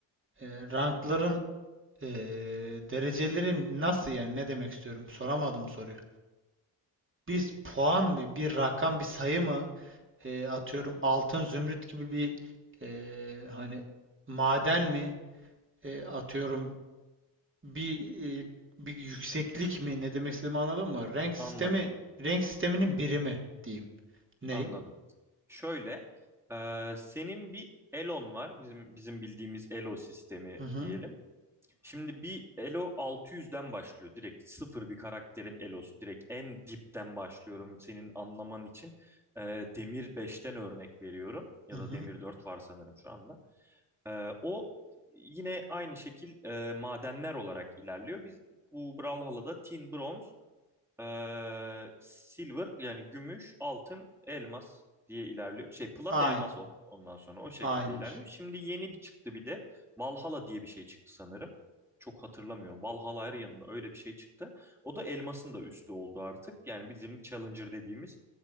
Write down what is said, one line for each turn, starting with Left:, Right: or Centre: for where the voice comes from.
Right: e, rankların e, derecelerin nasıl yani ne demek istiyorum? Soramadım soruyu. Biz puan mı, bir rakam, bir sayı mı? e, atıyorum altın zümrüt gibi bir e, hani maden mi E, atıyorum bir e, bir yükseklik mi ne demek istediğimi anladın mı? Renk sistemi
Centre: Anladım,
Right: renk sisteminin birimi diyeyim. Ney?
Centre: anladım. Şöyle, e, senin bir Elon var. Bizim bizim bildiğimiz Elo sistemi
Right: Hı hı.
Centre: diyelim. Şimdi bir Elo 600'den başlıyor. Direkt sıfır bir karakterin Elo'su. Direkt en dipten başlıyorum senin anlaman için. E, Demir beşten örnek veriyorum. Ya
Right: Hı hı.
Centre: da Demir 4 var sanırım şu anda. Ee, o yine aynı şekil e, madenler olarak ilerliyor. Biz bu Brawlhalla'da tin, bronz ee, silver yani gümüş, altın, elmas diye ilerliyor. Şey plat
Right: Aynı.
Centre: elmas on- ondan sonra o şekilde
Right: Aynıymış.
Centre: ilerliyor. Şimdi yeni bir çıktı bir de Valhalla diye bir şey çıktı sanırım. Çok hatırlamıyorum. Valhalla Arian mı öyle bir şey çıktı. O da elmasın da üstü oldu artık. Yani bizim Challenger dediğimiz